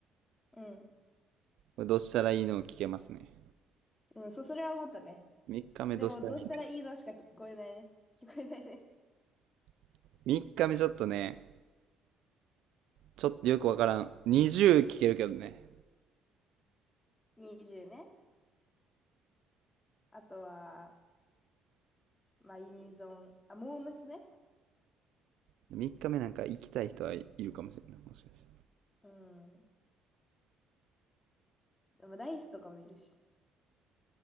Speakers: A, on the left; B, on the right.
A: うん。
B: れどうしたらいいのを聞けますね。
A: うん、そう、それは思ったね。
B: 3日目どうしたらいいの
A: でも、どうしたらいいのしか聞こえないね。聞こえないね。
B: ?3 日目ちょっとね、ちょっとよくわからん。20聞けるけどね。
A: 20ね。あとは、まあユニゾン。あ、モームスね。
B: 3日目なんか行きたい人はいるかもしれない。もしかして。
A: うん。まダイスとかもいるし。